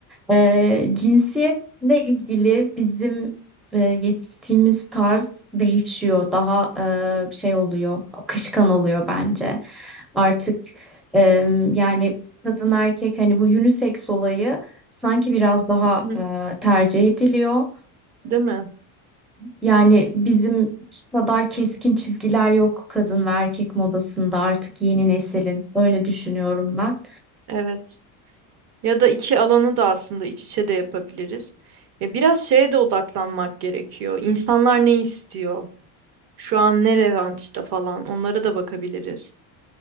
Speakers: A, in the centre; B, on the right (about 50°).
A: E, cinsiyetle ilgili bizim e, yetiştiğimiz tarz değişiyor. Daha e, şey oluyor, akışkan oluyor bence. Artık e, yani kadın erkek hani bu unisex olayı sanki biraz daha
B: Hı.
A: e, tercih ediliyor.
B: Değil mi?
A: Yani bizim kadar keskin çizgiler yok kadın ve erkek modasında artık yeni neslin. Öyle düşünüyorum ben.
B: Evet. Ya da iki alanı da aslında iç içe de yapabiliriz. Ya biraz şeye de odaklanmak gerekiyor. İnsanlar ne istiyor? Şu an ne revaçta falan. Onlara da bakabiliriz.